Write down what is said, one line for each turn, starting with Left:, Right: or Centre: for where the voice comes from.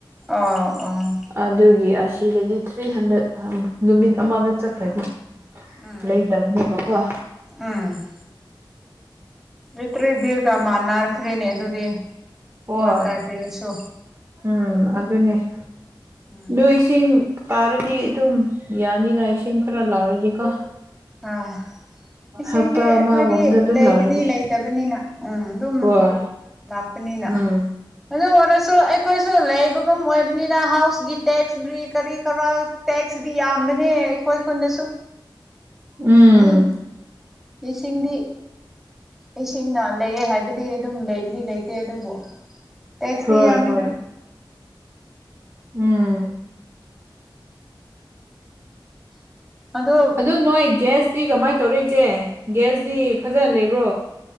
Centre: ꯑꯥ ꯑꯣ
Right: ꯑꯗꯨꯒꯤ ꯑꯁꯤꯗꯗꯤ ꯊ꯭ꯔꯤ ꯍꯟꯗ꯭ꯔꯦꯠ ꯅꯨꯃꯤꯠ ꯑꯃꯗ ꯆꯠꯈ꯭ꯔꯅꯤ
Centre: ꯎꯝ
Right: ꯂꯩꯇꯕꯅꯦꯕꯀ‌ꯣ
Centre: ꯎꯝ ꯂꯤꯇ꯭ꯔꯦ ꯗ‌ꯦꯒ ꯃꯥꯟꯅꯔꯈ꯭ꯔꯦꯅꯦ ꯑꯗꯨꯗꯤ
Right: ꯍꯣꯏ
Centre: ꯋꯥꯇꯔ ꯕꯤꯜꯁꯨ
Right: ꯎꯝ ꯑꯗꯨꯅꯦ ꯑꯗꯨ
Centre: ꯎꯝ
Right: ꯏꯁꯤꯡ ꯇꯥꯔꯗꯤ ꯑꯗꯨꯝ ꯌꯥꯅꯤꯗ ꯏꯁꯤꯡ ꯈꯔ ꯂꯥꯛꯔꯗꯤꯀꯣ
Centre: ꯑ ꯏꯁꯤꯡꯗꯤ
Right: ꯍꯞꯇꯥ
Centre: ꯑꯩꯈꯣꯏꯗꯤ
Right: ꯑꯃꯒꯨꯝꯕꯗ ꯑꯗꯨꯝ
Centre: ꯂꯩꯕꯨꯗꯤ
Right: ꯂꯧꯔꯅꯤ
Centre: ꯂꯩꯇꯕ ꯅꯤꯅ ꯎꯝ ꯑꯗꯨꯝ
Right: ꯍꯣꯏ
Centre: ꯂꯥꯛꯄꯅꯤꯅ
Right: ꯎꯝ
Centre: ꯑꯗꯨ ꯑꯣꯏꯔꯁꯨ ꯑꯩꯈꯣꯏꯁꯨ ꯂꯩꯕꯒꯨꯝ ꯑꯣꯏꯕꯅꯤꯅ ꯍꯥꯎꯁꯀꯤ ꯇꯦꯛꯁꯇ꯭ꯔꯤ ꯀꯔꯤ ꯀꯔꯥ ꯇꯦꯛꯁꯗꯤ ꯌꯥꯝꯕꯅꯦ ꯑꯩꯈꯣꯏ ꯈꯨꯨꯟꯗꯁꯨ
Right: ꯎꯝ
Centre: <unintelligible> ꯏꯁꯤꯡꯗꯤ ꯏꯁꯤꯡꯅ ꯂꯩꯌꯦ ꯍꯥꯏꯕꯗꯤ ꯑꯗꯨꯝ ꯂꯩꯕꯗꯤ ꯂꯩꯇꯦ ꯑꯗꯨꯕꯨ ꯇꯦꯛꯁꯇꯤ
Right: ꯍꯣꯏ
Centre: ꯌꯥꯝꯃꯦꯗ
Right: ꯍꯣꯏ ꯎꯝ
Centre: ꯑꯗꯣ
Right: ꯑꯗꯨ ꯅꯣꯏ ꯒ꯭ꯌꯥꯁꯇꯤ ꯀꯃꯥꯏꯟ ꯇꯧꯔ‌ꯦ ꯏꯆꯦ ꯒ꯭ꯌꯥꯁꯇꯤ ꯐꯖꯅ ꯂꯩꯕ꯭ꯔꯣ